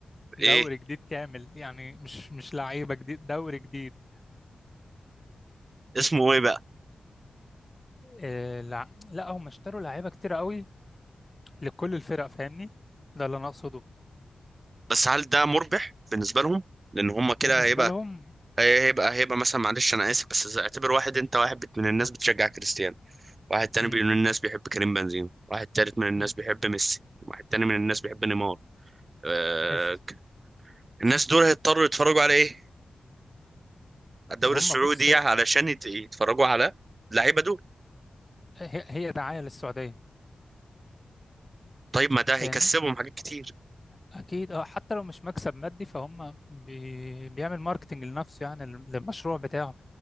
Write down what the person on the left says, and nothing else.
دوري
جديد كامل يعني مش مش لعيبة جديد دوري جديد
آه لا لا هم اشتروا لعيبة كتير قوي لكل الفرق فاهمني ده اللي أنا أقصده
بالنسبة
لهم
امم
امم
قشطة
هم
بص هي,
هي هي دعاية للسعودية
فاهمني
اكيد اه حتى لو مش مكسب مادي فهم بي... بيعمل ماركتنج لنفسه يعني لل- للمشروع بتاعه